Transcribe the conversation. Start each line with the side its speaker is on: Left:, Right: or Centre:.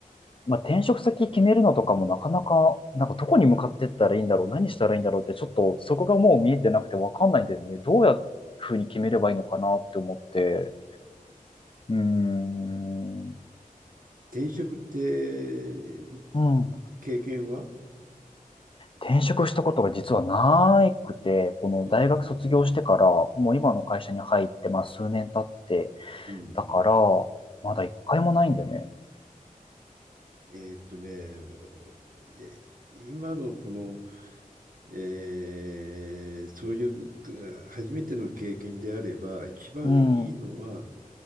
Left: まあ、転職先決めるのとかもなかなか、なんかどこに向かってったらいいんだろう、何したらいいんだろうってちょっとそこがもう見えてなくてわかんないんだよね。どうやっふうに決めればいいのかなって思って。うーん。
Right: 転職って、
Left: うん。
Right: 経験は
Left: 転職したことが実はなくて、この大学卒業してから、
Right: うんうんうん。
Left: もう今の会社に入って、まあ数年経って、
Right: うんうん。
Left: だから、まだ一回もないんだよね。
Right: えーっとね、もうえ今のこのえーそういうく初めての経験であれば、一番いいのは、
Left: うん。